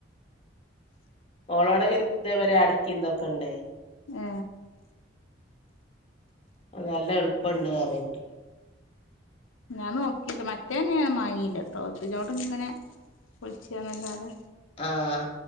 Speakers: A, on the left (about 30°); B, on the left (about 85°).
A: ഓളോടെ ഇന്തേവരെ അടക്കി ഇന്തൊക്കെ ഇണ്ടായി
B: ആ
A: നല്ല എളുപ്പംണ്ട് കേയറിയിട്ട്
B: ഞാൻ നോക്കിയില്ല മറ്റേനെയഞൻ വങ്ങീയില്ലട്ടോ അതിനോട ഇങ്ങനെ കൊളിച്ചണല്ലാതെ
A: ആഹ